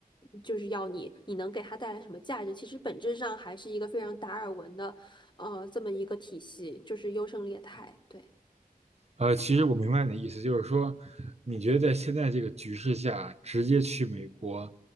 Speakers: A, on the left; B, on the right.
A: 就是要你，你能给他带来什么价值？其实本质上还是一个非常达尔文的，呃，这么一个体系，就是优胜劣汰。对。
B: 呃，其实我明白你的意思，就是说，你觉得在现在这个局势下，直接去美国，